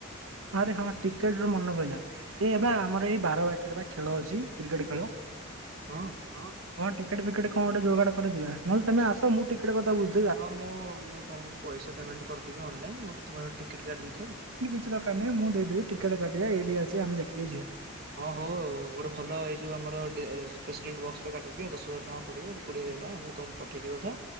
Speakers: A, on the right; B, on the right.
A: ଆରେ ହଁ ଟିକେଟ ରୁ ମନ ପଇଲା। ଏ ଏ ବା ଆମର ଏଇ ବାର ବାଟୀରେ ବା ଖେଳ ଅଛି କ୍ରିକେଟ ଖେଳ।
B: ହଁ।
A: ହ କ ଟିକେଟ ଫିକେଟ କଣ ଗୋଟେ ଯୋଗାଡ଼ କରି ଯିବା ନହେଲେ ତମେ ଆସ ମୁଁ ଟିକେଟ କଥା ବୁଝି ଦେବି।
B: ହଁ ମୁଁ ମୁଁ ତୁମକୁ ପଇସା ପେମେଣ୍ଟ କରିଦେବି ଅନନ୍ଲାଇନ୍ ମୋତ ତମ ଟିକେଟ୍ କାଟି ଦେଇଥାଅ।
A: କିଚି ଦରକାର ନାହିଁ ମୁଁ ଦେଇଦେବି ଟିକେଟ କଟିବା ଏଇଠି ଆସିକି ଆମେ ଦେଖିଦେଇ ଯିବା।
B: ହଁ ହଉ ଆଉ ଗୋଟେ ଭଲ ଏଇ ଯୋଉ ଆମର ପ୍ରେସିଡେଣ୍ଟ ବକ୍ସ ରେ କାଟିଦିଅ ଦଶ ହଜାର ଟଙ୍କା ପଡିବ ଆଉ। କୋଡ଼ିଏ ହଜାର ଟଙ୍କା ମୁଁ ତମକୁ ପଠେଇଦବି ଅଧା